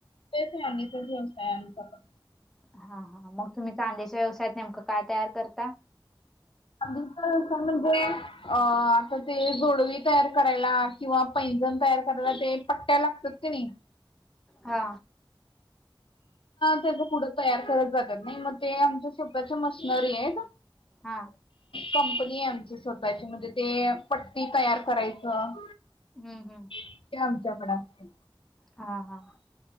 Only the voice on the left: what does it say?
तेच चांदीचाच व्यवसाय आहे आमचा पण
आम्ही सहसा म्हणजे अ आता ते जोडवी तयार करायला किंवा पैजण तयार करायला ते पट्ट्या लागतात कानी
त्याच पुढं तयार करत जातात नाही मग ते आमच्या सोप्याच्या मशनरी आहेत
कंपनी आमची स्वतःची म्हणजे ते पट्टी तयार करायचं
ते आमच्याकडे असत